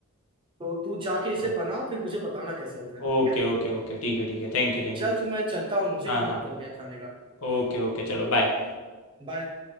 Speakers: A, on the right (about 25°); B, on the left (about 70°).
A: तो तू जाके इसे
B: हाँ।
A: बनाओ फिर मुझे बताना कैसा बना है
B: ओके
A: ठीक है
B: ओके ओके ठीक है ठीक है थैंक यू थैंक
A: चल
B: यू
A: तो मैं चलता हूँ मुझे
B: हाँ
A: भी मन
B: हाँ
A: कर गया खाने का
B: ओके ओके चलो बाय
A: बाय